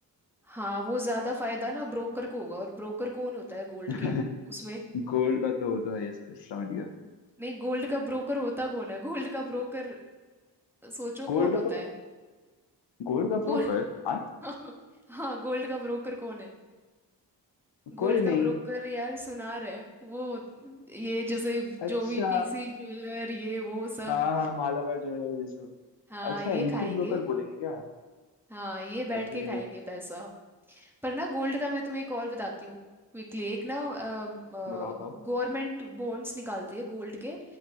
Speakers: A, in the centre; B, on the left (about 80°).
A: हाँ वो ज्यादा फायदा ना ब्रोकर को होगा और ब्रोकर कौन होता है गोल्ड
B: <laughs>
A: के उसमें
B: गोल्ड का तो होता है यस समझ गया
A: नहीं गोल्ड का ब्रोकर होता कौन है गोल्ड का ब्रोकर सोचो
B: गोल्ड
A: कौन
B: का
A: होता
B: तो
A: है
B: गोल्ड का ब्रोकर
A: कौन
B: हाँ
A: <laughs> हाँ गोल्ड का ब्रोकर कौन है
B: कोई
A: गोल्ड
B: नहीं
A: का ब्रोकर यार सुनार है वो ये जैसे
B: अच्छा
A: जो भी पीसी ज्वेलर ये वो सब
B: हाँ हाँ हाँ, मालाबार ज्वेलर्स ये सब
A: हाँ
B: अच्छा
A: ये
B: इनको
A: खाएंगे
B: ही ब्रोकर बोलेंगे क्या
A: हाँ ये बैठ
B: अरे
A: के खाएंगे पैसा पर ना गोल्ड का मैं तुम्हें एक और बताती हूँ क्विकली एक ना गवर्नमेंट
B: बताओ बताओ
A: बॉन्ड्स निकालती है गोल्ड के